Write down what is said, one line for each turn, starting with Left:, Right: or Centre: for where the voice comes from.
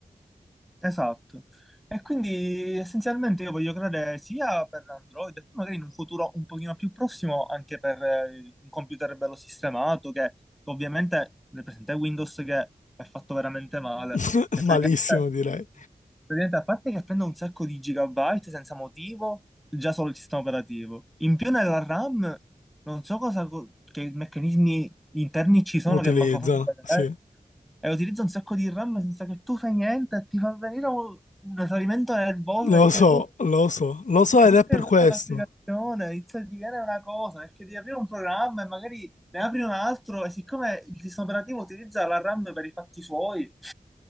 Centre: Esatto. E quindi essenzialmente io voglio creare sia per Android e poi magari in un futuro un pochino più prossimo anche per eh, un computer bello sistemato che che ovviamente nel presente è Windows che è fatto veramente male,
Left: <laughs>
Centre: che praticamente
Left: Malissimo direi.
Centre: Praticamente, a parte che prende un sacco di gigabyte senza motivo, già solo il sistema operativo. In più nella RAM, non so cosa, co- che meccanismi gli interni ci sono
Left: Utilizzano,
Centre: che manco fanno vedere.
Left: sì.
Centre: E utilizza un sacco di RAM senza che tu fai niente e ti fa venire un, un salimento nervoso
Left: Lo
Centre: perché
Left: so,
Centre: tu,
Left: lo so, lo so
Centre: tu
Left: ed
Centre: stai
Left: è per
Centre: usando
Left: questo.
Centre: un'applicazione, inizia a divenire una cosa, perché ti arriva un programma e magari ne apri un altro e siccome il sistema operativo utilizza la RAM per i fatti suoi,